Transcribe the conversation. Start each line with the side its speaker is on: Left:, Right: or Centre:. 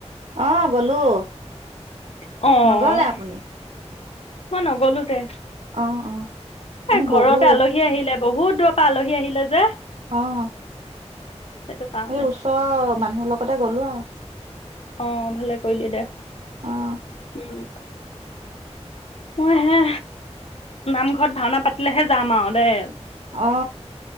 Right: অ' গ'লো
Left: অ
Right: নগ'লে আপুনি
Left: <unintelligible> মই নগলো দে
Right: অ' অ' আমি
Left: এ ঘৰতে
Right: গ'লো
Left: আলহী আহিলে বহুত দূৰ পৰা আলহী আহিলে যে
Right: আহ।
Left: সেইটো কাৰণে
Right: এই ওষ। মানুহৰ লগতে গ'লো আৰু।
Left: অ। ভালে কৰিলি দে
Right: অ'
Left: উম। মই হে, নামঘৰত ভাওনা পাতিলেহে যাম আৰু দেই।
Right: অ,